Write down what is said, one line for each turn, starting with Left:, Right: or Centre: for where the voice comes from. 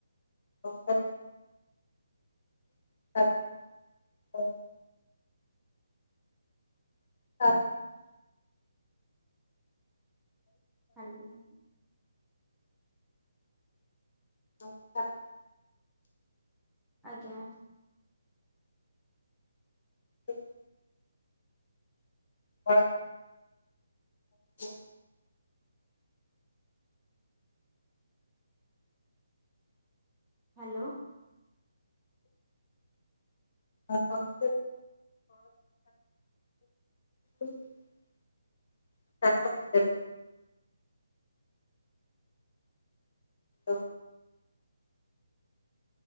Left: <unintelligible> <unintelligible> <unintelligible>
Centre: <unintelligible>
Left: ନଁ <unintelligible>
Centre: ଆଜ୍ଞା।
Left: ହଲ <unintelligible> ଆ <unintelligible>
Centre: ହ୍ୟାଲୋ।
Left: ଆ କଣ <unintelligible> <unintelligible> <inaudible>